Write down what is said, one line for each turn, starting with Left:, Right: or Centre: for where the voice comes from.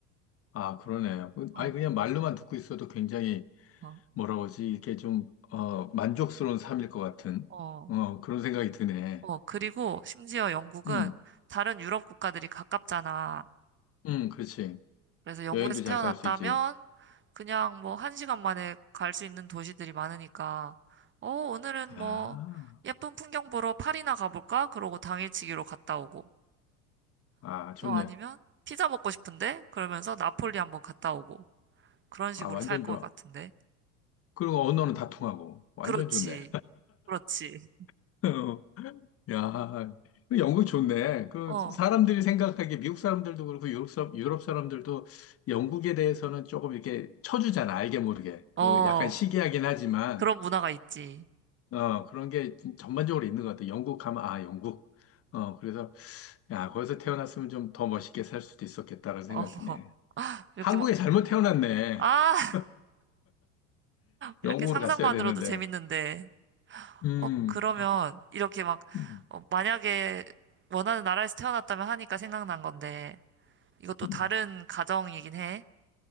Left: 아, 그러네. 그,
Right: 어,
Left: 아니, 그냥 말로만 듣고 있어도 굉장히
Right: 어,
Left: 뭐라 고 하지 이게 좀, 어, 만족스러운 삶일 것 같은,
Right: 어.
Left: 어, 그런 생각이 드네.
Right: 어, 그리고 심지어 영국은
Left: 음,
Right: 다른 유럽 국가들이 가깝잖아.
Left: 음, 그렇지.
Right: 그래서 영국에서
Left: 여행도
Right: 태어났다면
Left: 잘 갈 수 있지.
Right: 그냥 뭐 한 시간 만에 갈 수 있는 도시들이 많으니까, 어, 오늘은 뭐
Left: 아,
Right: 예쁜 풍경 보러 파리나 가볼까? 그러고 당일치기로 갔다 오고.
Left: 아, 좋네.
Right: 또 아니면 피자 먹고 싶은데? 그러면서 나폴리 한번 갔다 오고. 그런 식으로
Left: 아, 완전
Right: 살 것
Left: 좋아.
Right: 같은데.
Left: 그리고 언어는 다 통하고. 완전
Right: 그렇지.
Left: 좋네.
Right: 그렇지.
Left: <laughs> 어, 야, 그 영국 좋네. 그
Right: 어,
Left: 사람들이 생각하기에 미국 사람들도 그렇고 유럽, 사- 유럽 사람들도 영국에 대해서는 조금 이렇게 쳐주잖아. 알게 모르게. 그
Right: 어,
Left: 약간 시기하긴 하지만.
Right: 그런 문화가 있지.
Left: 어, 그런 게 진- 전반적으로 있는 것 같아. 영국 가면, 아, 영국. 어, 그래서, 야, 거기서 태어났으면 좀 더 멋있게 살 수도 있었겠다라는 생각이
Right: 어, <laughs>
Left: 드네.
Right: 이렇게
Left: 한국에
Right: 막,
Left: 잘못 태어났네.
Right: 아!
Left: <laughs>
Right: 이렇게
Left: 영국으로
Right: 상상만으로도
Left: 갔어야 되는데.
Right: 재밌는데,
Left: 음,
Right: 어, 그러면 이렇게 막,
Left: 음,
Right: 어, 만약에 원하는 나라에서 태어났다면 하니까 생각난 건데, 이것도
Left: 음.
Right: 다른 가정이긴 해.